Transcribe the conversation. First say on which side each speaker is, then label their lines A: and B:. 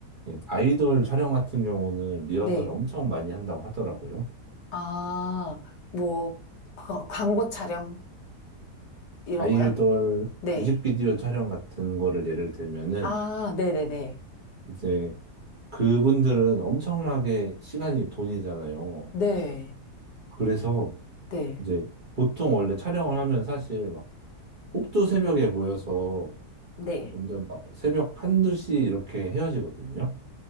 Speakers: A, on the right; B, on the left.
A: 예, 아이돌 촬영 같은 경우는 리허설
B: 네.
A: 엄청 많이 한다고 하더라고요.
B: 아, 뭐, 광- 광고 촬영? 이런
A: 아이돌
B: 거요? 네.
A: 뮤직비디오 촬영 같은 거를 예를 들면은
B: 아, 네네네.
A: 이제 그분들은 엄청나게 시간이 돈이잖아요.
B: 네.
A: 그래서
B: 네.
A: 이제 보통 원래 촬영을 하면 사실 막 꼭두 새벽에 모여서
B: 네.
A: 완전 막 새벽 한두 시 이렇게 헤어지거든요.